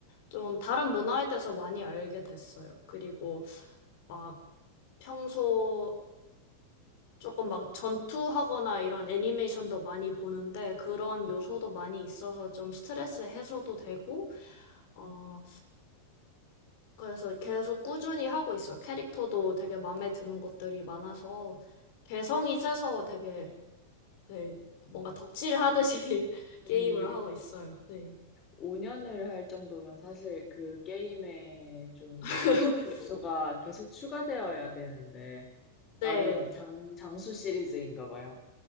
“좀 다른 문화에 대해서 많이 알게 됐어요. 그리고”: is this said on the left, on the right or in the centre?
Left